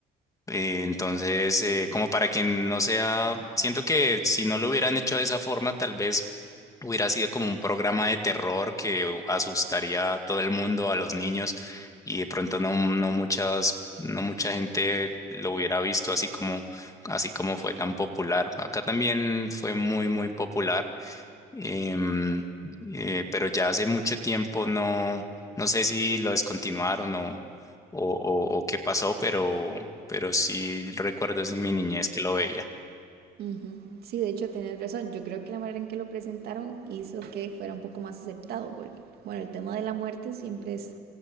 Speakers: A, on the left; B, on the right.
A: Eh, entonces, eh, como para que no sea, siento que si no lo hubieran hecho de esa forma, tal vez hubiera sido como un programa de terror que asustaría a todo el mundo, a los niños, y de pronto no, no muchas, no mucha gente lo hubiera visto así como, así como fue tan popular. Acá también fue muy, muy popular. Em, eh, pero ya hace mucho tiempo no, no sé si lo descontinuaron o, o, o- o qué pasó, pero, pero sí recuerdo es en mi niñez que lo veía.
B: Ujú. Sí, de hecho, tenés razón. Yo creo que la manera en que lo presentaron hizo que fuera un poco más aceptado, porque, bueno, el tema de la muerte siempre es